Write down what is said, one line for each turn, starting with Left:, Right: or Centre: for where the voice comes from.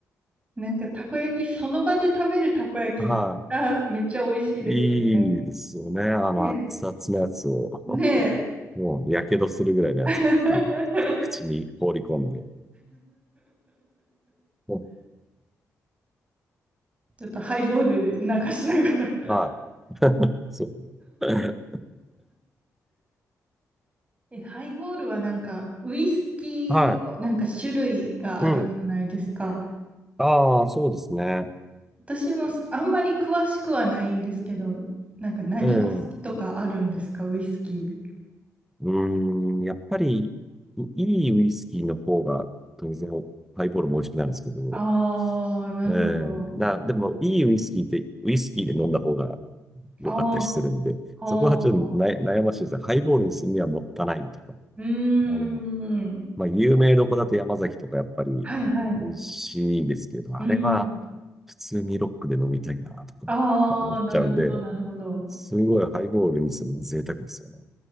Right: なんかたこ焼き、その場で食べるたこ焼きがめっちゃ美味しいですよね。
Centre: はい、いいですよね。あの、
Right: ね
Centre: 熱々のやつを、
Right: え。ねえ
Centre: もう、やけどするぐらいのやつを多分、
Right: <laughs>
Centre: く口に放り込んで。も
Right: ちょっとハイボールで流しながら
Centre: うはい、そう。<laughs>
Right: <laughs> え、ハイボールはなんかウイスキーのなんか種類があるじゃないですか。
Centre: はい、うん。ああ、そうですね。
Right: 私もあんまり詳しくはないんですけど、なんか何が好きとかあるんですか、
Centre: ええ
Right: ウイスキーで。
Centre: うーん、やっぱり、いいウイスキーの方が、当然、ハイボールも美味しくなるんですけど、
Right: ああ、なるほど。
Centre: えー、な、でも、いいウイスキーって、ウイスキーで飲んだ方が良かったりするんで、
Right: ああ、ああ。
Centre: そこはちょっとな悩ましいですね。ハイボールにするにはもったいないとか、
Right: うーん。
Centre: あの、まあ、有名どこだと山崎とかやっぱり美味しいですけど、
Right: はいはい。うん。
Centre: あれは普通にロックで飲みたいなとか思っちゃうんで、
Right: ああ、なるほど、なるほど。
Centre: すごいハイボールにするのは贅沢ですよね。